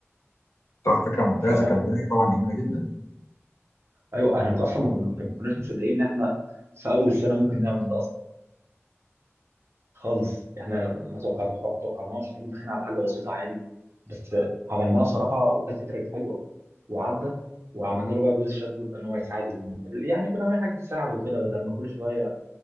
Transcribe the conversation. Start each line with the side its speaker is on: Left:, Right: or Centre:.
Left: صح فكره ممتازه
Right: فايوه
Left: كبدايه طبعا جميله جدا
Right: احنا اصلا ما كنا- ما كناش مصدقين ان احنا في اول سنه ممكن نعمل ده اصلا خالص احنا ما توقعنا ما توقعناش احنا كنا داخلين على حاجه بسيطه عادي بس عملناها صراحه وكانت فكره حلوه وعدت وعملنا له بقى جزء الشات بوت ده ان هو يساعد الم... يعني كنا عاملين حاجه تساعده كده بدل ما كل شويه